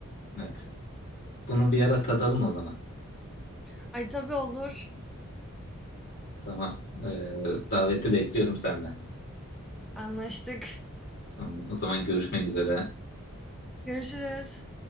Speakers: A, on the left; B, in the centre.
A: evet. Bunu bir ara tadalım o zaman.
B: <laughs> Ay tabii olur.
A: Tamam. Ee, daveti bekliyorum senden.
B: Anlaştık.
A: Tamam, o zaman görüşmek üzere.
B: Görüşürüz.